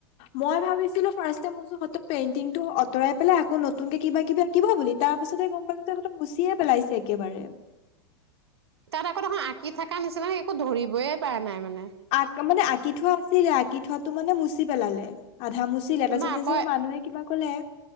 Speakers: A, on the left (about 50°); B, on the right (about 80°).
A: মই ভাবিছিলো ফাৰ্ষ্টে মই ভাবিছোঁ হয়তো পেইণ্টিংটো আঁতৰাই পেলাই আকৌ নতুনকে কিবা কিবা- কিবা বুলি তাৰ পাছতে গম পালোঁ যে একদম মোচিয়ে পেলাইছে একেবাৰে।
B: তাত আকৌ দেখোঁ আঁকি থাকা নিচিনা একো ধৰিবইে পৰা নাই মানে।
A: আঁক মানে আঁকি থোৱা আছিলে আঁকি থোৱাটো মানে মুচি পেলালে। আধা মুচি- চিলে তাৰ পাছত
B: নহয় আকৌ
A: দেখিছো মানুহে কিবা কলে।